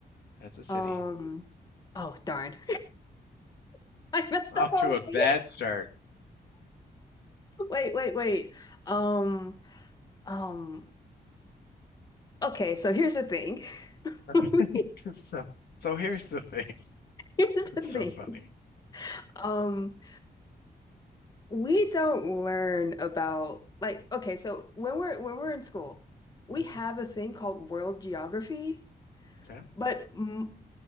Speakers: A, on the left; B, on the left.
A: That's a city.
B: Um, oh darn. <laughs> I messed
A: Off
B: up
A: to
B: already.
A: a bad
B: <laughs>
A: start.
B: Wait, wait, wait. Um, Um, okay, so here's the thing. <laughs>
A: <laughs> so, so here's the thing.
B: Here's
A: <laughs> That's
B: the
A: so
B: thing.
A: funny.
B: Um, we don't learn about like okay, so when we're when we're in school, we
A: hmm
B: have a thing called world geography,
A: Okay.
B: but mm,